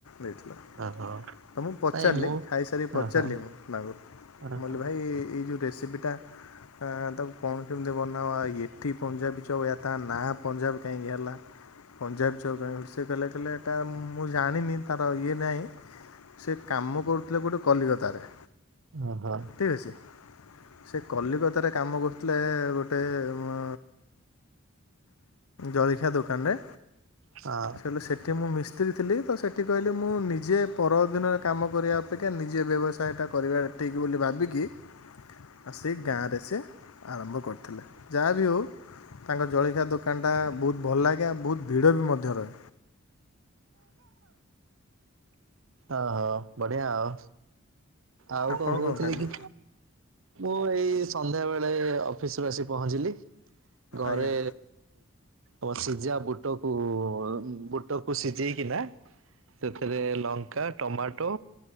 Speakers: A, on the left; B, on the right.
A: ଦେଇଥିଲା।
B: ଓହୋ
A: ତ ମୁଁ ପଚାରିଲି
B: ନାଇଁ ମୁଁ
A: ଖାଇସାରିକି ପଚାରିଲି
B: ଓହୋ
A: ମୁଁ ତାଙ୍କୁ
B: ଓହୋ
A: ମୁରଲି ଭାଇ ଏ ଏଇ ଯୋଉ ରେସିପିଟା ଆ ତାକୁ କଣ କେମିତି ବନାଅ ଏଠି ପଞ୍ଜାବୀ ଛୁଆ କାହିଆ କଥା ନାଁ ପଞ୍ଜାବୀ କାହିଁକି ହେଲା? ପଞ୍ଜାବୀ ଛୁଆ କହି ସେ କହିଲେ କହିଲେ ଏଟା ମୁଁ ଜାଣିନି ତାର ଇଏ ନାଇଁ। ସେ କାମ କରୁଥିଲା କୁଆଡେ କଲିକତାରେ।
B: ଓହୋ।
A: ଠିକ୍ ଅଛି ସେ କଲିକତାରେ କାମ କରୁଥିଲା ଗୋଟେ ଉଁ ଜଳଖିଆ ଦୋକାନରେ
B: ହଁ
A: କହିଲେ ସେଠି ମୁଁ ମିସ୍ତ୍ରୀ ଥିଲି ତ ସେଠି କହିଲି ମୁଁ ନିଜେ ପରଅଧୀନରେ କାମ କରିଆ ଅପେକ୍ଷା ନିଜେ ବ୍ୟବସାୟଟା କରିବା ଠିକ୍ ବୋଲି ଭାବିକି ଆ ସେଇ ଗାଁରେ ସେ ଆରମ୍ଭ କରିଥିଲେ ଯାହା ବିି ହେଉ ତାଙ୍କ ଜଳଖିଆ ଦୋକାନଟା ବହୁତ୍ ଭଲ ଲାଗେ ଆଉ ବହୁତ୍ ଭିଡ଼ ବି ମଧ୍ୟ ରହେ।
B: ଓହୋ ବଢିଆ ଆଉ, ଆଉ
A: ଆପଣ
B: କଣ କହୁଥିଲି
A: ଖାଇଲେ
B: କି? ମୁଁ ଏଇ ସନ୍ଧ୍ୟାବେଳେ ଅଫିସରୁ ଆସି ପହଞ୍ଚିଲି ଘରେ
A: ଆଜ୍ଞା
B: ଓ ସିଝା ବୁଟକୁ ବୁଟକୁ ସିଝେଇକିନା ସେଥିରେ ଲଙ୍ଗ କା ଟମାଟୋ